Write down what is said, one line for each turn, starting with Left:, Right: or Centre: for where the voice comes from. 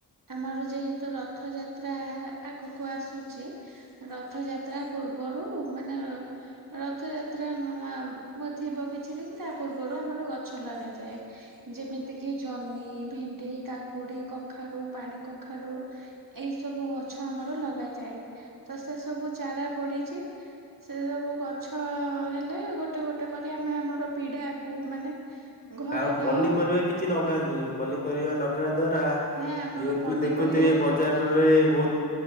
Right: ଆମର ଯେହେତୁ ରଥ ଯାତ୍ରା ଆଗକୁ ଆସୁଛି। ରଥଯାତ୍ରା ପୂର୍ବରୁ ମାନେ ରଥଯାତ୍ରା ଥିବ କିଛି ଦିନ ତା ପୂର୍ବରୁ ଆମର ଗଛ ଲଗାଯାଏ। ଯେମିତିକି ଜହ୍ନି ଭେଣ୍ଡି କାକୁଡ଼ି କଖାରୁ ପାଣି କଖାରୁ। ଏଇ ସବୁ ଗଛ ଆମର ଲଗାଯାଏ ତ ସେ ସବୁ ଚାରା ପଡିଛି। ସେ ସବୁ ଗଛ ହେଲେ ଗୋଟେ ଗୋଟେ କରି ଆମେ ଆମର ପିଢାକୁ ମାନେ ଘରର
Left: ଆଉ ପନିପରିବା କିଛି ନଗାନ୍ତୁ ପନିପରିବା ନଗେଇବା ଦ୍ଵାରା
Right: ନାଇଁ ଆମର
Left: ଯେହେତୁ
Right: ପନିପରିବା
Left: ଦେଖୁଥିବେ ବ ବଜାରରେ ବହୁତ